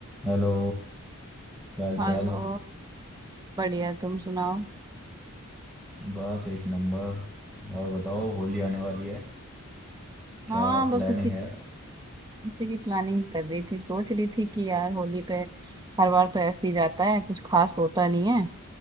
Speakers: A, in the centre; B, on the right (about 20°).
A: Hello क्या हाल चाल
B: हेलो बढ़िया तुम सुनाओ
A: बस एक नंबर और बताओ होली आने वाली है क्या
B: हाँ बस
A: प्लानिंग
B: उसी
A: है
B: उसी की प्लानिंग कर रही थी सोच रही थी कि यार होली पे हर बार तो ऐसे ही जाता है कुछ खास होता नहीं है